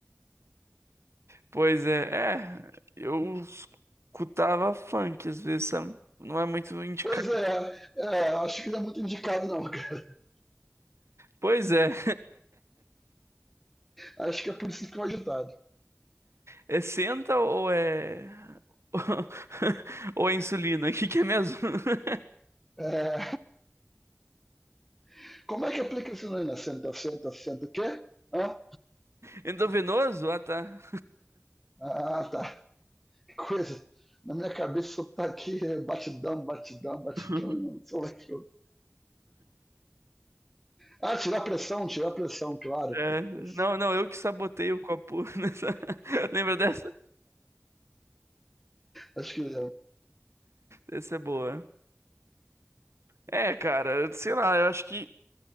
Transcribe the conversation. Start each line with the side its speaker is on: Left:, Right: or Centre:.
Right: pois é, é, eu escutava funk às vezes, sabe? Não é muito indicado.
Centre: Pois é, é, acho que não é muito indicado não, <laughs> cara.
Right: Pois é.
Centre: Acho que é por isso que ficou agitado.
Right: É senta ou é. <laughs> Ou é insulina? <laughs> O que que é mesmo? <laughs>
Centre: É, <laughs> como é que aplica isso aí, né? Senta, senta, senta, o quê? Hã?
Right: Endovenoso? Ah, tá.
Centre: Ah, tá. Que coisa. Na minha cabeça só tá aqui é, batidão, batidão, batidão,
Right: <laughs>
Centre: e não sei lá que eu... Ah, tirar pressão, tirar pressão, claro,
Right: É,
Centre: porra.
Right: Não,
Centre: Isso.
Right: não, eu que sabotei o copo <laughs> nessa. Lembra dessa?
Centre: Acho que é,
Right: Essa é boa. É, cara, sei lá, eu acho que.